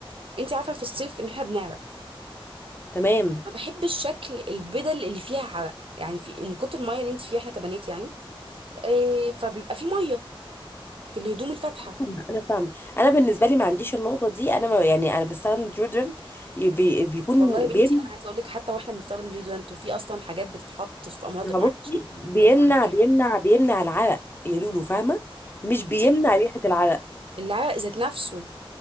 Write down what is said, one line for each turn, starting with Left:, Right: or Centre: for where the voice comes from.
Right: انت عارفه في الصيف ان احنا بنعرق
Left: تمام
Right: ما بحبش شكل البدل اللي فيها عرق يعني في من كتر الميه اللي انت فيها احنا كبنات يعني إيه فبيبقى في ميه في الهدوم الفاتحه
Left: <laughs> انا فاهمه انا بالنسبه لي ما عنديش النقطه دي انا ما يعني انا بستخدم ديودرنت بي بيكون
Right: والله يا بنتي
Left: بيمنع
Right: انا عايزه اقول لك حتى واحنا بنستخدم ديودرنت وفي اصلا حاجات بتتحط في مناطق
Left: بصي
Right: معينه عشان
Left: بيمنع
Right: تمنع الميه
Left: بيمنع بيمنع العرق يا لولو فاهمه مش بيمنع
Right: انتي
Left: ريحه العرق
Right: العرق ذات نفسه